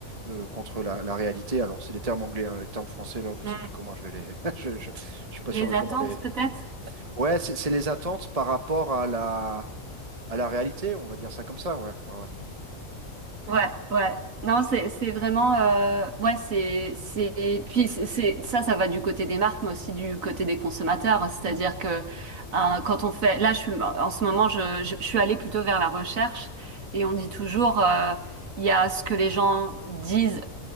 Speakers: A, on the right; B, on the right.
A: euh, contre la, la réalité. Alors c'est des termes anglais, hein. les termes français, là, je sais
B: Hmm.
A: plus comment je vais les. <laughs> Je, je, je suis pas sûr
B: les
A: de comment
B: attentes
A: les.
B: peut-être.
A: Ouais, c'est c'est les attentes par rapport à la, à la réalité, on va dire ça comme ça, ouais. Ouais, ouais.
B: Ouais, ouais. Non, c'est c'est vraiment euh, ouais, c'est c'est puis c'est c'est- ça ça va du côté des marques mais aussi du côté des consommateurs, Hein. c'est-à-dire
A: Mm.
B: que hein, quand on fait là je suis en ce moment je, je je suis allée plutôt vers la recherche et on dit toujours euh, il y a ce que les gens disent